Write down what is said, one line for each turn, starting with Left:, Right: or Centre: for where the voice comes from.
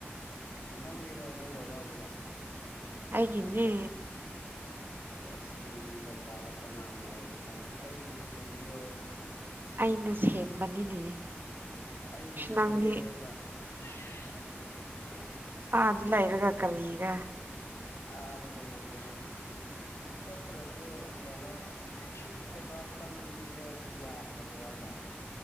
Left: ꯅꯪꯒꯤꯗꯦ ꯅꯣꯏ ꯕꯥꯒꯤꯗꯥꯡ
Right: ꯍꯥꯏꯒꯅꯦ
Left: ꯆꯁꯃꯤꯗꯤ ꯖꯣꯀꯥꯒ ꯇꯣꯉꯥꯟꯅ ꯂꯩꯔꯦꯀꯣ ꯑꯩꯒꯤꯁꯨ ꯃꯤꯑꯣꯕꯤꯣ
Right: ꯑꯩꯅ ꯁꯦꯝꯕꯅꯤꯅꯦ
Left: ꯑꯩꯒꯤꯁꯨ
Right: ꯅꯪꯗꯤ
Left: ꯁꯦꯝꯕꯤꯔꯕ ꯌꯥꯎ ꯁꯤꯒ ꯍꯥ
Right: ꯑ ꯑꯗꯨꯗꯂ ꯏꯔꯒꯦ ꯀꯔꯤꯔ
Left: ꯑꯥꯗ ꯂꯩꯔꯁꯨ ꯆꯠꯇ꯭ꯔꯁꯨ ꯀꯩꯅꯣ ꯄꯦꯁꯥ ꯆꯥꯡꯒꯤꯗ ꯌꯥꯗ꯭ꯔꯕꯣꯂ